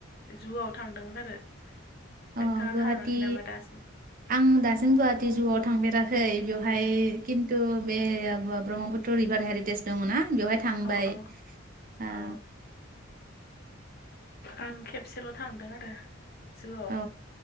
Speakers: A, on the left; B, on the right.
A: जुआव थांदोंमोन आरो। नोंथाङा
B: अ गुवाहाटि
A: थाङाखै नामा दासिम
B: आं दासिम गुवाहाटिी जुआव थांफेराखै बेवहाय खिन्थु बे ब्रह्मपुत‌ थ, रिभार हेरिटेज दङनाा बेवहाय थांबाय
A: औ औ
B: ओ।
A: औ आं खेबसेल थांदों आरो। जुआव
B: औ